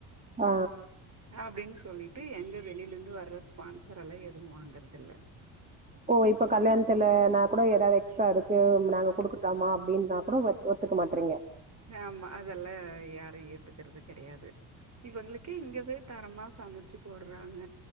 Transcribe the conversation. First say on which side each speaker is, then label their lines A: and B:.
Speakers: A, on the right; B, on the right.
A: ஆ
B: அப்டின் சொல்லிட்டு எங்க வெளியிலருந்து வர்ற ஸ்பான்சர் எல்லா எதுவு வாங்கறதுல்ல
A: ஓ இப்ப கல்யாணத்துல நா கூட ஏதாவது எக்ஸ்ட்ரா இருக்கு நாங்க குடுக்கட்டாமா அப்டினா கூட ஒத்துக்க மாட்றீங்க
B: ஆமா அதெல்லா யாரு ஏத்துக்கறது கடையாது இவங்களுக்கு இங்கவே தரமா சமைச்சு போடுறாங்க